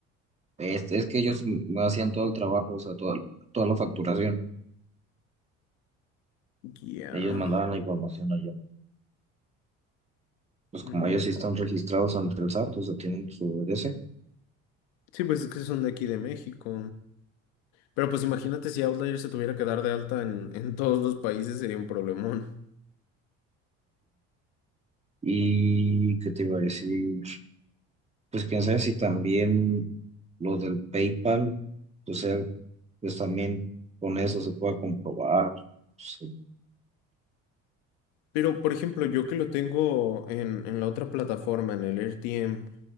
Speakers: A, on the right; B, on the left.
A: es, es que ellos me hacían todo el trabajo, o sea, toda, toda la facturación.
B: Ya.
A: Ellos mandaban la información allá. Pues como
B: Mm.
A: ellos sí están registrados ante el SAT, o sea, tienen que obedecer
B: Sí, pues es que son de aquí de México. Pero pues imagínate si Outlier se tuviera que dar de alta en, en <laughs> todos los países sería un problemón.
A: Y qué te iba a decir, pues quién sabe si también los del PayPal, o sea, pues también con eso se puede comprobar, sí,
B: Pero por ejemplo, yo que lo tengo en, en la otra plataforma, en el RTM,